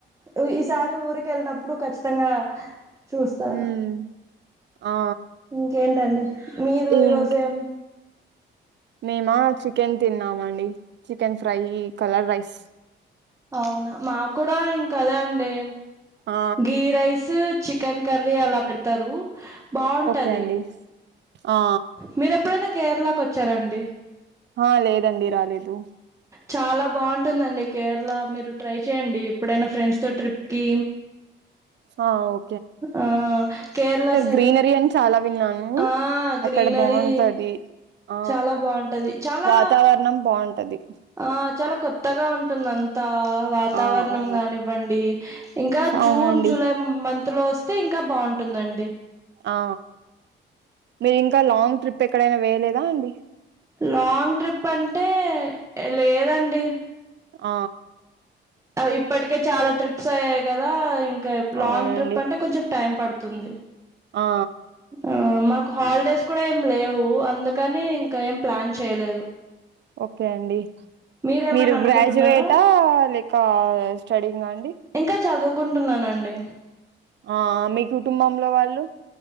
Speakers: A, on the right; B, on the right.
A: ఈ ఈసారి ఊరికెళ్ళినప్పుడు ఖచ్చితంగా చూస్తా
B: హ్మ్. ఆ
A: ఇంకేంటండి మీరు
B: ఇంక
A: ఈరోజేం
B: మేమా చికెన్ తిన్నామండి చికెన్ ఫ్రై కలర్ రైస్
A: అవునా మా కూడా ఇంకదే అండి
B: ఆ
A: గీ రైస్ చికెన్ కర్రీ అలా పెడతారు బాగుంటది
B: ఓకే అండి ఆ
A: మీర ఎప్పుడైనా కేరళకు వచ్చారాండి
B: ఆ లేదండి రాలేదు
A: చాలా బాగుంటుందండి కేరళ మీరు ట్రై చేయండి ఎప్పుడైనా ఫ్రెండ్స్ తో ట్రిప్కీ
B: ఆ ఓ
A: ఆ కేరళ సైడ్
B: గ్రీనరీ అని చాలా విన్నాను
A: ఆ గ్రీనరీ
B: అక్కడ బాగుంటది ఆ
A: చాలా బాగుంటది చాలా
B: వాతావరణం బాగుంటది
A: ఆ చాలా కొత్తగా ఉంటుంది అంతా వాతావరణం
B: ఆ ఆ
A: కానివ్వండి ఇంకా
B: అవునండి
A: జూన్ జూలై మంత్లో వస్తే ఇంకా బాగుంటుందండి
B: ఆ మీరు ఇంకా లాంగ్ ట్రిప్ ఎక్కడైనా వేయలేదా అండి
A: లాంగ్ ట్రిప్ అంటే లేదండి
B: ఆ
A: ఇప్పటికే చాలా ట్రిప్స్ అయ్యాయి కదా ఇం క లాంగ్
B: అవునండి
A: ట్రిప్ అంటే కొంచెం టైం పడుతుంది
B: ఆ
A: ఆ మాక్ హాలిడేస్ కూడా ఏం లేవు అందుకని ఇంకా ఏం ప్లాన్ చేయలేదు
B: ఓకే అండి
A: మీరేమైనా
B: మీరు
A: అనుకుంటున్నారా
B: గ్రాడ్యుయేటా లేక స్టడ్యింగ్ఆ
A: ఇంకా చదువు కుంటున్నానండి
B: ఆ మీ కుటుంబంలో వాళ్ళు